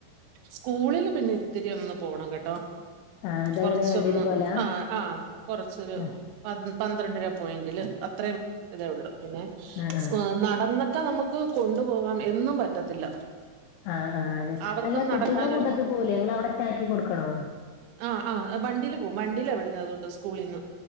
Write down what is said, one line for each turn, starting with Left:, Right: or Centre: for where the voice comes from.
Right: സ്കൂളില് പിന്നെ ഇത്തിരി ഒന്ന് പോണം കേട്ടോ.
Left: ആഹ് അതെങ്ങനെ
Right: കൊറച്ചൊന്ന്
Left: വണ്ടിയില് പോവലാ
Right: ആഹ് ആഹ് കൊറച്ചൊരു
Left: ആഹ്
Right: പൻ പന്ത്രണ്ട് രൂപ പോയിന്റില് അത്രേം ഇതേ ഉള്ളു പിന്നെ
Left: <unintelligible>
Right: ഉം നടന്നൊക്കെ നമ്മക്ക് കൊണ്ടുപോകാം എന്നും പറ്റത്തില്ല.
Left: ആഹ് ആഹ് ലെ
Right: അവർക്കും
Left: അല്ല കുട്ടികളെ
Right: നടക്കാനൊരു
Left: കൂട്ടത്ത് പോകൂലെ നിങ്ങള് അവിടയ്ക്ക് ആക്കി കൊടുക്കണോ?
Right: ആഹ് ആഹ് വണ്ടീല് പോവും വണ്ടീലാ വിടുന്നെ അതുകൊണ്ട് സ്കൂളീന്ന്